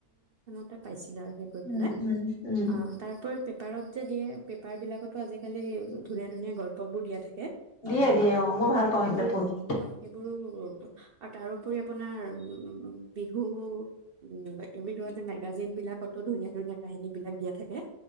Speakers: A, on the right; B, on the left.
A: এটা পাইছিল আৰু
B: উম,
A: পেলাই
B: উম, উম,
A: অ তাৰপ পেপাৰত যে দিয়ে পেপাৰবিলাকতো আজিকালি আজিকালি ধুনীয়া ধুনীয়া গল্প বোৰ দিয়া থাকে
B: দিয়ে দিয়ে অ', মই ভাল পাওঁ
A: সেইবোৰ
B: সেইবিলাক পঢ়ি
A: অ সেইবোৰো আৰু তাৰোপৰি আপোনাৰ উ বিহু উ এই ভিত যে মেগাজিন বিলাকতো ধুনীয়া ধুনীয়া কাহিনী বিলাক দিয়া থাকে